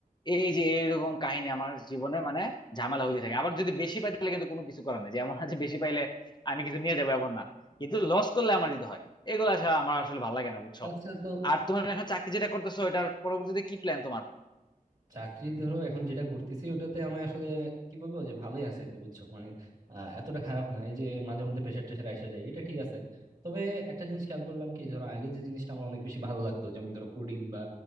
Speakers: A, on the left; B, on the right.
A: এই যে এরকম কাহিনী আমার জীবনে মানে ঝামেলা হয়ে থাকে আবার যদি বেশি পাই তাহলে কিন্তু কোনো কিছু করার নাই যে এমন আছে বেশি পাইলে আমি কিছু নিয়ে যাবো এমন না কিন্তু লস করলে আমার যেতে হয় এগুলো আসলে আমার আসলে ভালো লাগে না বুঝছো
B: আচ্ছা তো
A: আর তোমার এখন চাকরি যেটা করতেছো এটার পরবর্তীতে কি প্ল্যান তোমার
B: চাকরি ধরো এখন যেটা করতেছি ওটাতে আমি আসলে কি বলবো যে ভালোই আছে আর কি বুঝছো মানে আহ, এতটা খারাপ না এই যে মাঝে মধ্যে প্রেশার টেশার আসা যায় এটা ঠিক আছে তবে একটা জিনিস খেয়াল করলাম কি ধরো আগে যে জিনিসটা আমার অনেক বেশি ভালো লাগতো যেমন ধরো কোডিং বা